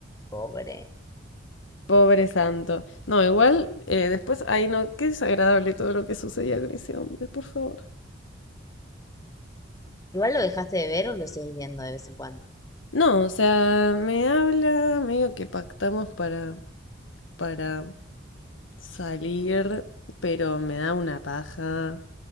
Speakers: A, on the left; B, on the left.
A: pobre.
B: pobre santo. No, igual, eh, después, ay, no, qué desagradable todo lo que sucedía con ese hombre, por favor.
A: Igual lo dejaste de ver o lo seguís viendo de vez en cuando.
B: No, o sea, me habla, medio que pactamos para, para salir, pero me da una paja.